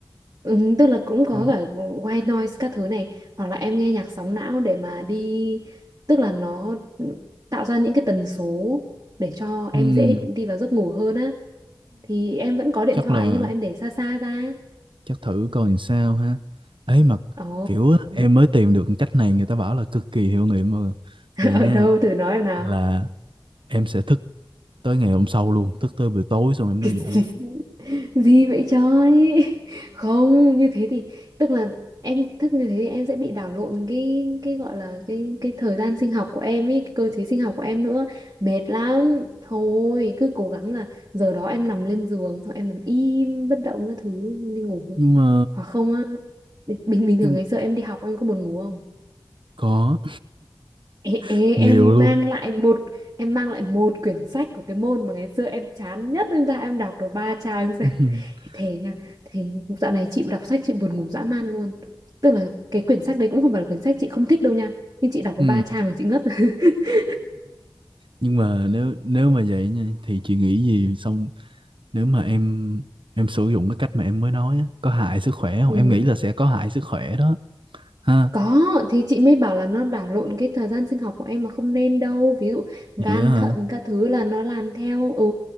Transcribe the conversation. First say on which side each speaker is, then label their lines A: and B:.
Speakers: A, on the right (about 50°); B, on the right (about 80°).
A: ừ, tức là cũng có
B: Mấy-
A: cả white noise các thứ này hoặc là em nghe nhạc sóng não để mà đi tức là nó tạo ra những cái tần số để cho
B: ừm,
A: em dễ đi vào giấc ngủ hơn á thì em vẫn có điện
B: chắc
A: thoại
B: là
A: nhưng mà em để xa xa ra
B: chắc thử coi làm sao ha ấy mà
A: ồ
B: kiểu á, em mới tìm được cách này người ta bảo là cực kỳ hiệu nghiệm mà
A: <laughs>
B: vậy
A: ở
B: nè
A: đâu thử nói em nào
B: là em sẽ thức tới ngày hôm sau luôn thức tới buổi tối xong em mới
A: <laughs> cái
B: đi ngủ
A: gì, gì vậy trời <laughs> không như thế thì tức là em thức như thế thì em sẽ bị đảo lộn cái cái gọi là cái cái thời gian sinh học của em ấy cái cơ chế sinh học của em nữa mệt lắm thôi cứ cố gắng là giờ đó em nằm lên giường xong em nằm im bất động các thứ đi ngủ
B: nhưng mà
A: hoặc không á bình bình thường
B: nhưng
A: ngày xưa em đi học em có buồn ngủ không
B: có
A: Ê,
B: <laughs>
A: ê, em
B: nhiều luôn
A: mang lại một em mang lại một quyển sách của cái môn mà ngày xưa em chán nhất em ra em đọc được ba trang <laughs>
B: <laughs>
A: thế nha thì dạo này chị đọc sách chị buồn ngủ dã man luôn tức là cái quyển sách đấy cũng không phải là quyển sách chị không thích đâu nha nhưng chị đọc có
B: ừ
A: ba trang là chị ngất <laughs>
B: nhưng mà nếu nếu mà vậy nha thì chị nghĩ gì xong nếu mà em em sử dụng cái cách mà em mới nói á, có hại sức khỏe không
A: Ừ.
B: em nghĩ là sẽ có hại sức khỏe đó ha
A: Có thì chị mới bảo là nó đảo lộn cái thời gian sinh học của em mà không nên đâu ví dụ gan
B: vậy đó, hả
A: thận các thứ là nó làm theo ừ